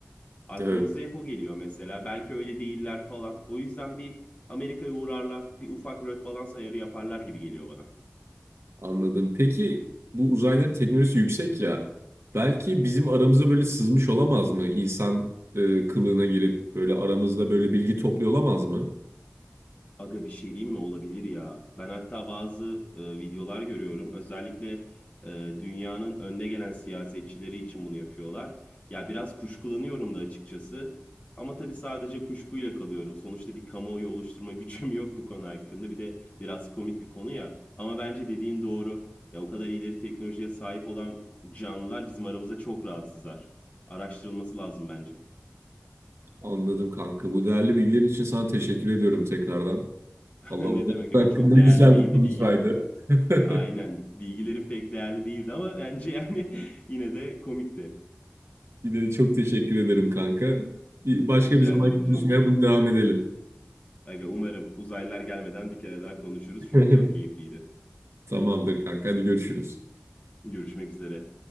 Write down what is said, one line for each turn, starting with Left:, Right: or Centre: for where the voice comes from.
Left: Aklımıza
Right: Evet.
Left: hep o geliyor mesela. Belki öyle değiller falan. O yüzden bir Amerika'ya uğrarlar, bir ufak röt balans ayarı yaparlar gibi geliyor bana.
Right: Anladım. Peki bu uzayların teknolojisi yüksek ya. Belki bizim aramıza böyle sızmış olamaz mı? İnsan e, kılığına girip böyle aramızda böyle bilgi topluyor olamaz mı?
Left: Aga bir şey diyeyim mi? Olabilir ya. Ben hatta bazı e, videolar görüyorum. Özellikle e, dünyanın önde gelen siyasetçileri için bunu yapıyorlar. Ya biraz kuşkulanıyorum da açıkçası. Ama tabii sadece kuşkuyla kalıyorum. Sonuçta bir kamuoyu oluşturma <laughs> gücüm yok bu konu hakkında. Bir de biraz komik bir konu ya. Ama bence dediğin doğru. Ya o kadar ileri teknolojiye sahip olan canlılar bizim aramızda çok rahatsızlar. Araştırılması lazım bence.
Right: Anladım kanka. Bu değerli bilgilerin için sana teşekkür ediyorum tekrardan.
Left: <laughs>
Right: Allah
Left: Ne
Right: uzay
Left: demek
Right: <laughs>
Left: aga
Right: hakkında
Left: çok değerli
Right: güzel
Left: değildi
Right: bir konuşmaydı.
Left: bilgi
Right: <laughs>
Left: Aynen. Bilgilerim pek değerli değildi ama bence yani <laughs> yine de komikti.
Right: Bir de çok teşekkür ederim kanka. Bir- Başka
Left: Rica
Right: bir zaman
Left: ederim
Right: konuşmaya
Left: canım.
Right: bunu devam edelim.
Left: Aga umarım uzaylılar gelmeden bir kere daha konuşuruz çünkü
Right: <laughs>
Left: çok keyifliydi.
Right: Tamamdır kanka. Hadi görüşürüz.
Left: Görüşmek üzere.